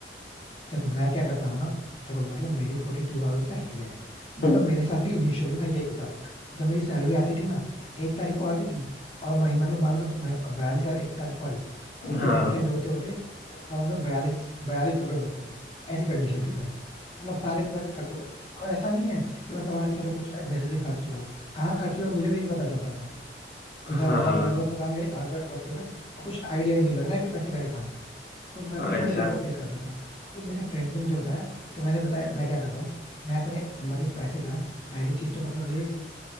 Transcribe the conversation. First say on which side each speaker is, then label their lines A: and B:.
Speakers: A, on the left (about 30°); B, on the left (about 55°).
A: देखो मैं क्या करता हूँ ना देखो मतलब मेरी फोर्टी टू थाउजेंड सैलरी है मतलब
B: हम्म
A: मेरे साथ भी इनिशियली ना यही होता था जब मेरी सैलरी आती थी ना एक तारीख को आती थी और मही मतलब मान लो मैं बयालीस हजार एक तारीख को आई और फिर
B: हाँ
A: मंथ एंड होते होते मेरे अकाउंट में बयालीस बयालीस रुपए बचते थे ऐसी कंडीशन थी भाई मतलब सारे पैसे खर्च हो गए और ऐसा नहीं है कि मतलब हाँ चलो कुछ नेसेसरी खर्च हुआ हो कहाँ खर्च हुए मुझे भी नहीं पता चलता था इधर
B: हाँ
A: उधर इधर उधर पता नहीं भाई हर जगह खर्च हो गए और कुछ आइडिया ही नहीं लग रहा है कि पैसे गए तो मैं भी
B: अच्छा
A: बड़ी दिक्कत फेस करता था तो मेरे फ्रेंड ने मुझे बताया तो मैंने बताया मैं क्या करता हूँ मैं अपने मतलब पैसे जो है पहली चीज तो मतलब ये